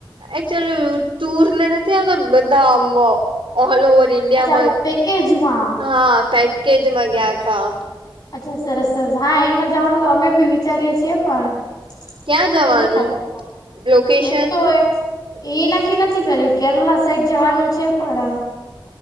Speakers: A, on the right; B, on the left.
A: એકચુલી ટુરને નથી આવતાં બધાં આમ ઓલ ઓવર ઈન્ડિયામાં
B: અચ્છા પેકેજમાં
A: હા પેકેજમાં ગયા તા.
B: અચ્છા સરસ સરસ, હા એનમાં જવાનું તો અમે બી વિચારીએ છીએ પણ
A: ક્યાં જવાનું
B: નથી ખાતો
A: લોકેશન
B: એમ તો એ એ નક્કી નથી કર્યું કેરલા સાઈડ જવાનું છે પણ